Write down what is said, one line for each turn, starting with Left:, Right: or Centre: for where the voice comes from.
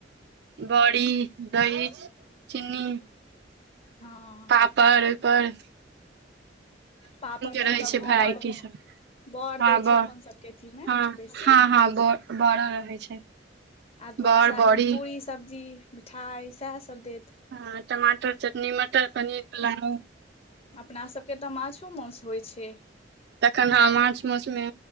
Right: बड़ी दही चीनी।
Left: ह
Right: पापड़ ओहि पर
Left: पापड़ नहि
Right: रहे
Left: त
Right: छै वेराइटी
Left: बड़
Right: सब
Left: बर
Right: हँ
Left: दै
Right: बड़
Left: छै अपन सभके अथी मे
Right: हँ
Left: बेसी
Right: हँ
Left: ह
Right: हँ ब बड़ो रहै छै
Left: आ दुवादसा
Right: बड़ बड़ी
Left: दिन पूड़री सब्जी मिठाई सएह सभ देत
Right: ह टमाटर चटनी मटर पनीर पुलाउ
Left: अपना सभके तऽ माछो माउस होइत छै।
Right: तखन ह माछ माछमे